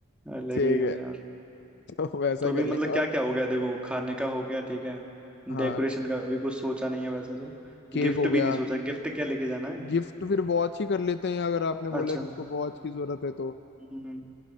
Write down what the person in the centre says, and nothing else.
अलग
ही हो
यार
तो अभी
मतलब क्या
क्या हो गया देखो खाने का हो गया ठीक है
डेकोरेशन का भी कुछ सोचा नहीं है वैसे तो
गिफ्ट
भी नहीं सोचा गिफ्ट क्या लेके जाना है
अच्छा
हम्म